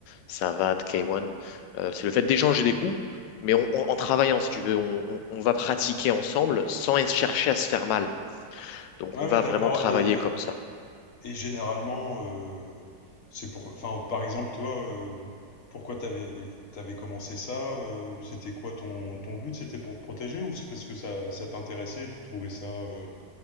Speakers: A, on the left (about 80°); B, on the left (about 55°).
A: Savate, K1. Euh, c'est le fait d'échanger des coups, mais on- on- en travaillant, si tu veux, on, on- on va pratiquer ensemble sans es- chercher à se faire mal. Donc
B: Ouais,
A: on
B: ouais,
A: va
B: d'accord.
A: vraiment travailler
B: Et,
A: comme ça.
B: et généralement, euh, c'est pour. Enfin, par exemple, toi, euh, pourquoi t'avais t'avais commencé ça? euh, c'était quoi ton, ton but? C'était pour te protéger ou c'est parce que ça, ça t'intéressait et tu trouvais ça, euh,